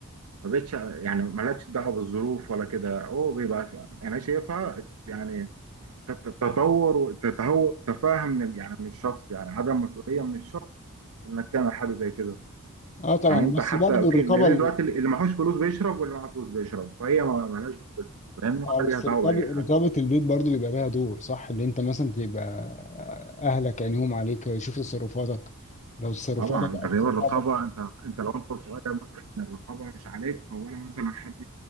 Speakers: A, on the right; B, on the left.
A: ما بقتش يعني مالهاش دعوه بالظروف ولا كده هو بيبقى انا شايفها يعني تتطور وتتهور تفاهم من ال- يعني من الشخص يعني عدم مسؤوليه من الشخص انك تعمل حاجه زي كده
B: اه طبعا
A: يعني انت
B: بس
A: حتى
B: برضه
A: في
B: الرقابه
A: لان دلوقتي اللي معهوش فلوس بيشرب واللي معاه فلوس بيشرب فهي ما- مالهاش دعوه بالفلوس فاهمني
B: اه
A: ولا
B: بس
A: ليها دعوه
B: رقابة
A: باي حاجه
B: رقابة البيت برضو بيبقى لها دور صح اللي انت مثلا تبقى اهلك عينيهم عليك يشوف تصرفاتك لو تصرفاتك
A: طبعا انت
B: او
A: غياب
B: صحابك
A: الرقابه انت انت لو انت صغير مثلا الرقابه مش عليك ولا مثلا حد